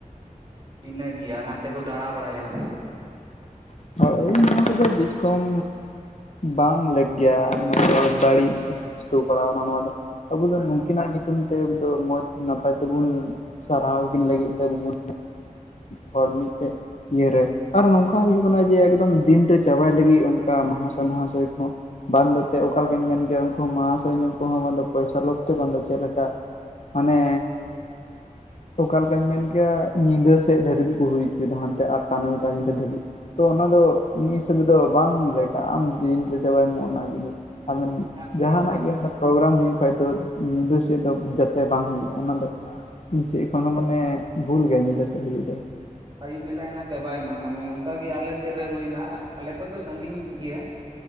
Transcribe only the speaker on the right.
ᱤᱱᱟᱹᱜᱤ ᱟᱨ ᱦᱟᱸᱱᱛᱮ ᱠᱚ ᱫᱟᱬᱟ ᱵᱟᱲᱟᱭᱟ᱾
ᱢᱟᱱᱮ
ᱤᱧᱟᱹᱜ ᱢᱮᱱᱫᱚ
ᱢᱟᱱᱮ
ᱟᱭᱩᱵ ᱵᱮᱞᱟᱭᱮᱱᱟ ᱪᱟᱵᱟᱭᱱᱟ ᱢᱟᱱᱮ ᱚᱱᱠᱟᱜ ᱜᱮ ᱟᱞᱮ ᱥᱮᱫ ᱨᱮ ᱦᱩᱭᱱᱟ ᱟᱞᱮ ᱠᱷᱚᱡ ᱫᱚ ᱥᱟᱺᱜᱤᱧ ᱜᱮᱭᱟ,